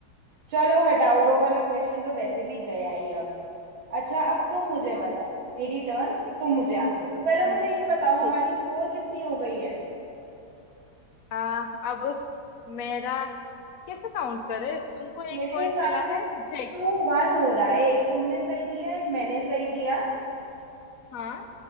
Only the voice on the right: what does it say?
चलो हटाओ
वो वाला
क्वेश्चन तो वैसे भी गया ही अब अच्छा अब तुम मुझे
बताओ मेरी टर्न तुम मुझे आंसर दो पहले
मुझे ये बताओ
हमारी स्कोर कितनी हो गई है
मेरे
हिसाब
से
टू वन हो रहा है एक तुमने सही दिया एक मैंने सही दिया